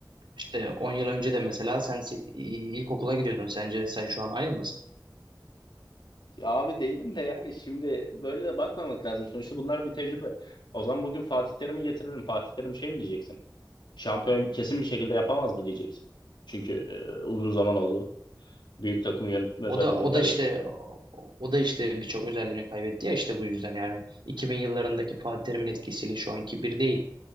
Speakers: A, on the right; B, on the left.
A: İşte 10 yıl önce de mesela sen se- ilkokula gidiyordun. Sence sen şu an aynı mısın?
B: Ya abi değilim de yani şimdi böyle de bakmamak lazım. Sonuçta bunlar bir tecrübe. O zaman bugün Fatih Terim'i getirelim. Fatih Terim şey mi diyeceksin? Şampiyon kesin bir şekilde yapamaz mı diyeceksin? Çünkü e, uzun zaman oldu. Büyük takım yönetme özelliğini
A: O da o
B: kaybetti.
A: da işte o da işte birçok özelliğini kaybetti ya işte bu yüzden yani 2000 yıllarındaki Fatih Terim'in etkisiyle şu anki bir değil.